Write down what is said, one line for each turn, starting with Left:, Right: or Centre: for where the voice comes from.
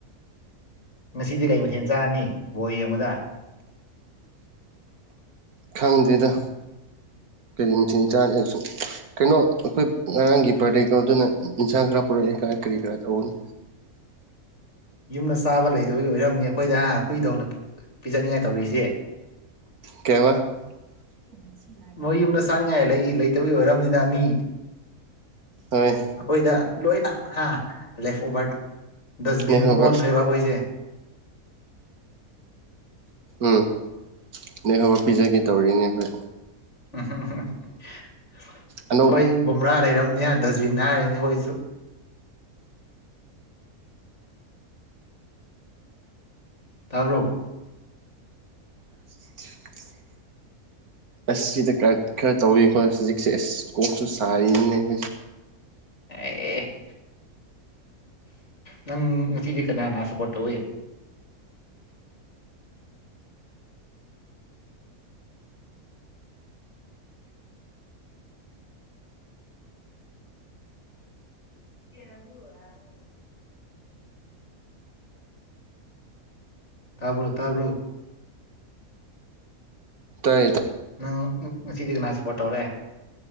Left: ꯉꯁꯤꯗꯤ ꯀꯩ ꯃꯊꯦꯜ ꯆꯥꯔꯅꯤ ꯕꯣ ꯌꯦꯡ ꯑꯃꯗ
Right: ꯈꯪꯗꯦꯗꯥ ꯀꯔꯤ ꯃꯊꯦꯟ ꯆꯥꯔꯦ ꯀꯩꯅꯣ ꯑꯩꯈꯣꯏ ꯉꯔꯥꯡꯒꯤ ꯄ꯭ꯔꯥꯗꯦꯀꯜꯗꯨꯅ ꯏꯟꯁꯥꯡ ꯈꯔ ꯄꯨꯔꯛꯑꯦ ꯀꯥ ꯀꯔꯤ ꯀꯔꯥ ꯇꯧꯕꯅꯤ꯫
Left: ꯌꯨꯝꯗ ꯆꯥꯕ ꯂꯩꯗꯕꯒꯤ ꯑꯣꯏꯔꯝꯅꯤ ꯑꯩꯈꯣꯏꯗ ꯍꯨꯏꯗꯧꯅ ꯄꯤꯖꯅꯤꯡꯉꯥꯏ ꯇꯧꯔꯤꯁꯦ꯫
Right: ꯀꯩꯕ <inaudible>
Left: ꯃꯣꯏ ꯌꯨꯝꯗ ꯆꯥꯅꯤꯡꯉꯥꯏ ꯂꯩ-ꯂꯩꯇꯕꯒꯤ ꯑꯣꯏꯔꯕꯅꯤꯅ ꯃꯤ
Right: ꯍꯣꯏ
Left: ꯑꯈꯣꯏꯗ ꯂꯣꯏꯅꯥ ꯍꯥ ꯂꯦꯐ ꯑꯣꯚꯔꯠ ꯗꯁꯕꯤꯟ
Right: ꯅꯦꯛꯍꯧꯕ
Left: ꯑꯣꯟꯈ꯭ꯔꯦꯕ ꯑꯩꯈꯣꯏꯁꯦ꯫
Right: ꯎꯝ ꯅꯦꯍꯧ ꯄꯤꯖꯒꯦ ꯇꯧꯔꯤꯅꯦ ꯍꯣꯏ
Left: ꯎꯝ ꯎꯝ ꯎ ꯑꯩꯈꯣꯏ
Right: ꯑꯅꯧꯕ
Left: ꯒꯨꯝ꯭ꯔꯥ ꯂꯩꯔꯝꯅꯤ ꯗꯁꯕꯤꯟ ꯍꯥꯏꯔꯅꯦ ꯑꯩꯈꯣꯏꯁꯨ ꯇꯕꯔꯣ
Right: <inaudible> ꯑꯁ ꯁꯤꯗ ꯀ ꯈꯔ ꯇꯧꯔꯤꯀꯣ ꯍꯧꯖꯤꯛꯁꯦ ꯑꯁ ꯀꯣꯛꯁꯨ ꯁꯥꯔꯤꯅꯤꯅꯦ ꯑꯩꯈꯣꯏꯁꯦ
Left: ꯑꯦ ꯅꯪ ꯉꯁꯤꯗꯤ ꯀꯅꯥꯅꯥ ꯁꯞꯄꯣꯔꯠ ꯇꯧꯋꯦ <inaudible> ꯇꯥꯕ꯭ꯔꯣ ꯇꯥꯕ꯭ꯔꯣ
Right: ꯇꯥꯏ
Left: ꯅꯪ ꯉꯁꯤꯗꯤ ꯀꯥꯅ ꯁꯞꯄꯣꯔꯠ ꯇꯧꯔꯦ